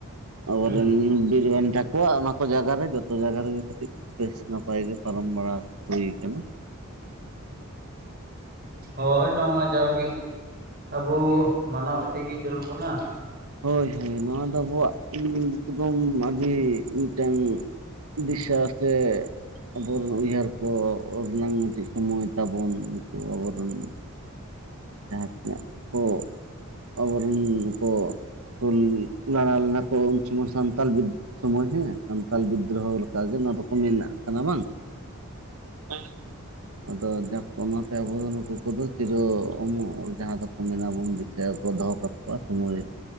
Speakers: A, on the right; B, on the right.
A: ᱟᱵᱚᱨᱮᱱ
B: ᱦᱩᱸ
A: ᱵᱤᱨᱵᱟᱱᱴᱟ ᱟᱠᱚᱣᱟᱜ ᱚᱱᱟ ᱠᱚ ᱡᱟᱭᱜᱟᱨᱮ ᱡᱚᱛᱚ ᱡᱟᱭᱜᱟ ᱨᱮᱜᱮ ᱠᱟᱹᱴᱤᱡ ᱵᱮᱥ ᱱᱟᱯᱟᱭ ᱜᱮ ᱯᱟᱞᱚᱱ ᱵᱟᱲᱟ ᱦᱩᱭ ᱟᱠᱟᱱᱟ᱾
B: ᱦᱳᱭ ᱱᱚᱣᱟ ᱢᱟ ᱡᱟᱣᱜᱤ ᱟᱵᱚ ᱢᱟᱱᱟᱣ ᱤᱫᱤᱜᱮ ᱡᱩᱞᱩᱱ ᱵᱚᱱᱟ
A: ᱦᱳᱭ ᱦᱳᱭ ᱱᱚᱣᱟ ᱫᱚ ᱟᱵᱚᱣᱟᱜ <unintelligible> ᱟᱹᱰᱤ ᱢᱤᱫᱴᱟᱝ ᱫᱤᱥᱟ ᱥᱮ ᱟᱵᱚᱨᱮᱱ ᱩᱭᱦᱟᱹᱨ ᱠᱚ <unintelligible> ᱛᱟᱵᱚᱱ <unintelligible> <unintelligible> ᱠᱚ ᱟᱵᱚᱨᱤᱱ ᱠᱚ ᱦᱩᱞ ᱞᱟᱲᱟ ᱞᱮᱱᱟ ᱠᱚ ᱩᱱ ᱥᱚᱢᱚᱭ ᱥᱟᱱᱛᱟᱞ ᱵᱤᱫ ᱥᱚᱢᱚᱭ ᱦᱮᱸ ᱥᱟᱱᱛᱟᱞ ᱵᱤᱫᱽᱫᱨᱳᱦᱚ ᱞᱮᱠᱟᱜᱮ ᱱᱚᱣᱟ ᱫᱚᱠᱚ ᱢᱮᱱᱟᱜ ᱠᱟᱱᱟ ᱵᱟᱝ? ᱦᱳᱭ ᱟᱫᱚ ᱡᱟᱠ ᱚᱱᱟᱛ ᱟᱵᱚ ᱱᱩᱠᱩ ᱠᱚᱫᱚ ᱪᱮᱞᱮ ᱦᱚᱸ ᱩᱢᱚᱜ ᱡᱟᱦᱟᱸ ᱫᱚᱠᱚ ᱢᱮᱱᱟᱵᱚᱱ ᱫᱤᱥᱟᱹ ᱫᱚᱦᱚ ᱠᱟᱠᱚᱣᱟ ᱥᱚᱢᱚᱭ